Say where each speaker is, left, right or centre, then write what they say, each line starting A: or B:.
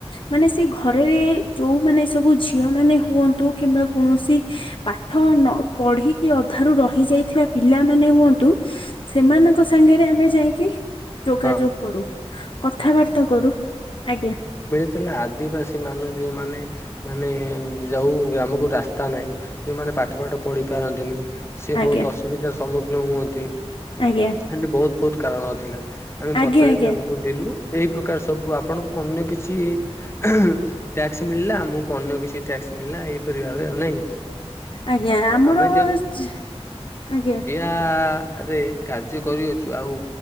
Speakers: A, on the left (about 55°); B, on the left (about 25°).
A: ମାନେ ସେଇ ଘରେ ଯୋଉ ମାନେ ସବୁ ଝିଅ ମାନେ ହୁଅନ୍ତୁ। କିମ୍ବା କୌଣସି ପାଠ ନ ପଢିକି ଅଧାରୁ ରହି ଯାଇଥିବା ପିଲାମାନେ ହୁଅନ୍ତୁ। ସେମାନଙ୍କ ସାଙ୍ଗରେ ଆମେ ଯାଇକି ଯୋଗାଯୋଗ
B: ହଁ
A: କରୁ। କଥାବାର୍ତ୍ତା କରୁ ଆଜ୍ଞା।
B: ଥିଲା ଆଦିବାସୀ ମାନ ଯୋଉମାନେ ମାନେ ଯଉ ଗ୍ରାମକୁ ରାସ୍ତା ନାହିଁ, ଯୋଉମାନେ ପାଠ ପାଠ ପଢି ପାରନ୍ତିନି ସେ
A: ଆଜ୍ଞା
B: ବହୁତ ଅସୁବିଧାର ସମ୍ମୁଖୀନ ହୁଅନ୍ତି।
A: ଆଜ୍ଞା।
B: ସେନ୍ତି ବହୁତ ବହୁତ କାରଣ ଥିଲା ଆମେ
A: ଆଜ୍ଞା
B: ପଚାର
A: ଆଜ୍ଞା
B: ତାଙ୍କୁ ବହୁ ବିଲୁ ଏଇ ପ୍ରକାର ସବୁ ଆପଣଙ୍କୁ ଅନ୍ୟ କିଛି ଟ୍ୟାକ୍ସ ମିଳିଲା ଆମକୁ ଅନ୍ୟ କିଛି ଟ୍ୟାକ୍ସ ମିଳିଲା ଏଇପରି ଭାବେ ଆଉ ନାଇଁ।
A: ଆଜ୍ଞା ଆମର
B: ଆମେ
A: ଆଜ୍ଞା
B: ଆ ରେ କାର୍ଯ୍ୟ କରିଅଛୁ ଆଉ